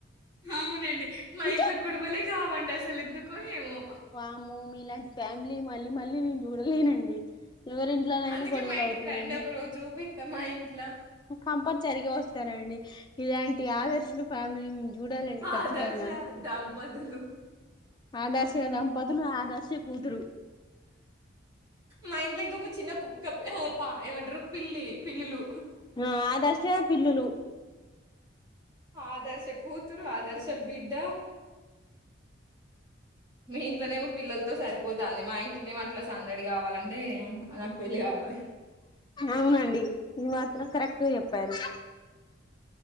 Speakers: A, on the right; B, on the left.
A: అవునండి మా
B: ఉంచో
A: ఇంట్లో గుడవలే కావండి అసలు ఎందుకు ఏమో
B: వామ్మో మీ లాంటి ఫ్యా మళ్ళీ మళ్ళీ నేను చూడలేనండి ఎవరి ఇంట్లోనైనా
A: అందుకే
B: గొడవలు
A: మా ఇంటికి
B: అవుతున్నాయి
A: రండి ఒకరోజు జూపిత్తా మా ఇంట్ల
B: కంపల్సరిగా వస్తారండి ఇలాంటి ఆదర్శన ఫ్యామిలీని చూడాలండి
A: ఆదర్శ
B: ఖచ్చితంగా
A: దంపతులు
B: ఆదర్శ దంపతులు ఆదర్శ కూతురు
A: మైండ్ల్గా చిన్న కుక్క పా ఏమంటారు పిల్లి పిల్లులు
B: ఆ ఆదర్శ పిల్లులు
A: ఆదర్శ కూతురు ఆదర్శ బిడ్డ మె ఇట్లనేమో పిల్లలతో సరిపోతుంది మా ఇంట్లోనేో అట్లా సందడి కావాలంటే నాకు పెళ్ళి కావాలి
B: అవునండి ఇది మాత్రం కరెక్ట్ గా చెప్పారు